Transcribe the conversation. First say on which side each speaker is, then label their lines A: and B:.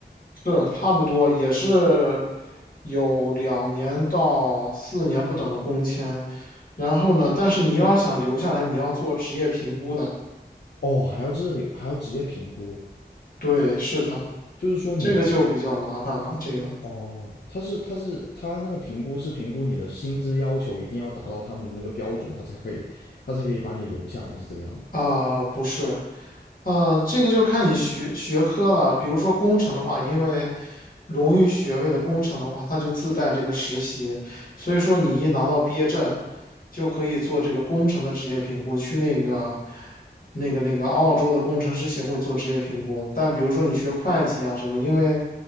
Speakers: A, on the left (about 55°); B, on the left (about 75°).
A: 是差不多，也是有两年到四年不等的工签。然后呢，但是你要想留下来，你要做职业评估的。
B: 哦，还要这个还要职业评估，
A: 对，是的，
B: 就是说你的
A: 这个就比较麻烦了，这个。
B: 哦，他是他是他那个评估是评估你的薪资要求一定要达到他们的那个标准，他才可以他才可以把你留下来，是这个样吗？
A: 啊、不是，呃，这个就是看你学学科了。比如说工程的话，因为荣誉学位的工程的话，它就自带这个实习，所以说你一拿到毕业证，就可以做这个工程的职业评估，去那个那个那个澳洲的工程师协会做职业评估。但比如说你学会计啊什么，因为